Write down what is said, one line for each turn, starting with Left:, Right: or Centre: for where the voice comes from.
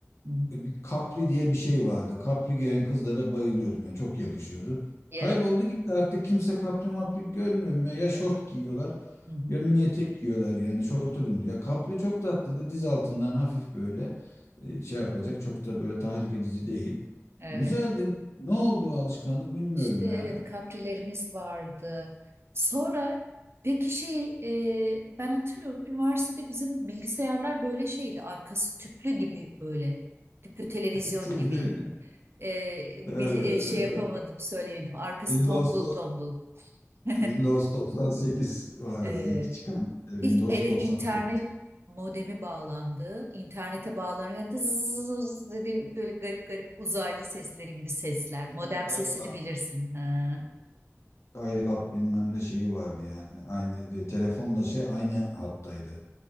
Right: Hı,
Left: e, bir Capri diye bir şey vardı. Capri giyen kızlara bayılıyordum ya. Çok yakışıyordu.
Right: hı, Yarım.
Left: Kayboldu gitti artık kimse Capri mapri görmüyorum ya. Ya şort giyiyorlar
Right: Hı hı.
Left: ya mini etek giyiyorlar yani şorta döndü. Ya Capri çok tatlıydı. Diz altından hafif böyle e, şey yapacak. Çok da böyle tahrik edici değil.
Right: Evet.
Left: Güzeldi. Ne oldu o alışkanlık bilmiyorum
Right: İşte evet
Left: yani.
Right: kaprilerimiz vardı. Sonra peki şey e, ben hatırlıyorum üniversitede bizim bilgisayarlar böyle şeydi arkası tüplü gibi böyle tüplü televizyon
Left: <laughs> Tüyleri.
Right: gibiydi. E,
Left: Doğru
Right: bil- e,
Left: doğru
Right: şey yapamadım
Left: doğru.
Right: söyleyemedim arkası
Left: Senin
Right: tombul
Left: dost-
Right: tombul. <laughs>
Left: Windows 98 vardı
Right: e,
Left: ilk çıkan işte Windows
Right: ilk eve
Left: 98.
Right: internet modemi bağlandı. İnternete bağlanınca zzzz dedi böyle garip garip uzaylı sesleri gibi sesler.
Left: He,
Right: Modem
Left: dial-up.
Right: sesini bilirsin. Ha.
Left: Dial-up bilmem ne şeyi vardı yani. Aynı de- telefonla şey aynı hattaydı.